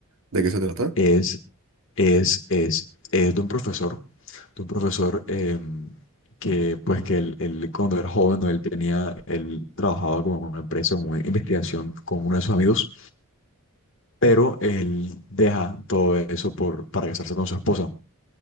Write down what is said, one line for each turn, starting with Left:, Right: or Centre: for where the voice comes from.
Right: ¿de qué se trata?
Left: Es, es, es, es de un profesor, de un profesor em, que, pues, que él, él cuando era joven, ¿no? él tenía, él trabajaba como en una empresa, en una investigación con uno de sus amigos, pero él deja todo eso por, para casarse con su esposa.